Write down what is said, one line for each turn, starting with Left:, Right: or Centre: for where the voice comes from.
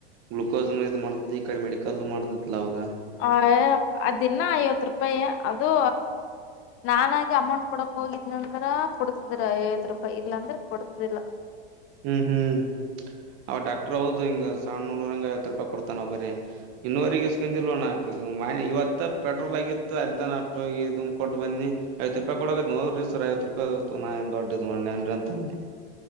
Right: ಗ್ಲುೂಕೋಸ್ನು ಇದು ಮಾಡತತಿ ಈಕಡೆ ಮೆಡಿಕಲ್ ಮಾಡತತಿ ಅವಾಗ
Left: ಹ ಅದನ್ನ ಐವತ್ತು ರೂಪಾಯಿ ಅದು ನಾನಾಗಿ ಅಮೌಂಟ್ ಕೊಡಕ್ ಹೋಗಿದ್ನಂದ್ರ ಕೊಡ್ತಿದ್ರ ಐವತ್ತು ರೂಪಾಯಿ ಇಲ್ಲಾಂದ್ರೆ ಕೊಡ್ತದಿಲ್ಲ.
Right: ಹ್ಮ್ ಹ್ಮ್ ಅವ ಡಾಕ್ಟರ್ ಹೌದು ಹಿಂಗ ಸಣ್ಣ ನೋಡ್ರಂಗ ಐವತ್ತು ರೂಪಾಯಿ ಕೊಡ್ತಾನ ಬರೀ ಇನ್ನೋವರಿಗ ಇಸ್ಕೊಂಡಿಲ್ವಣ ಇವತ್ತ ಪೆಟ್ರೋಲ್ ಆಗಿತ್ತು ಅಲ್ಲಿತಾನ ಆಟ ಇದ್ ಕೊಟ್ಟ ಬಂದಿ ಐತ್ತು ರೂಪಾಯಿ ಕೊಡ ನೋರಿ ಸರ್ ಐವತ್ತು ರೂಪಾಯಿ ನಾ ದೊಡ್ಡದ್ ಮೆ